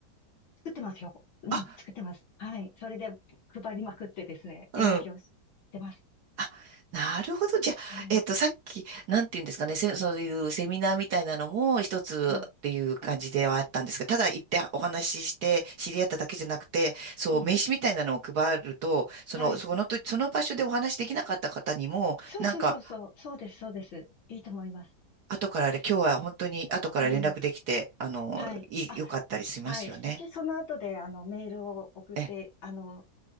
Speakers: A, on the left; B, on the right.
A: 作ってますよ。うん。
B: あ、
A: 作ってます。はい。それで配りまくってですね、
B: あ、
A: 営業し、してます。
B: あなるほど。じゃあ、
A: はい。
B: えっと、さっき、なんて言うんですかね、せそういうセミナーみたいなのも一つっていう感じではあったんですが、
A: うん。
B: ただ行ってお話しして知り合っただけじゃなくて、そう、
A: うん。
B: 名刺みたいなのを配ると、その、
A: はい。
B: そこのと、その場所でお話しできなかった方にも、
A: そうそうそうそう。
B: なんか、
A: そうです。そうです。いいと思います。
B: 後からあれ、今日は本当に後から連絡できて、
A: うん。
B: あの、
A: はい。
B: いい、
A: あ、
B: 良かったりしますよね。
A: はい。で、その後で、あの、メールを送って、
B: ええ
A: あの、